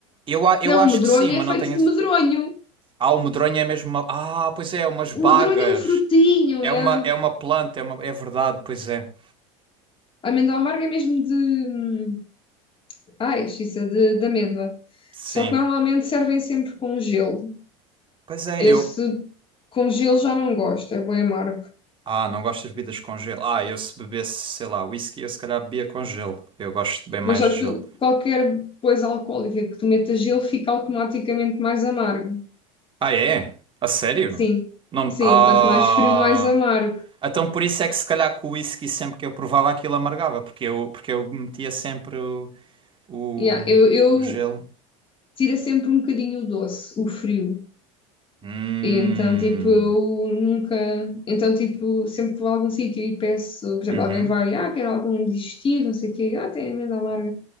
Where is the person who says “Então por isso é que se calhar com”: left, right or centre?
Right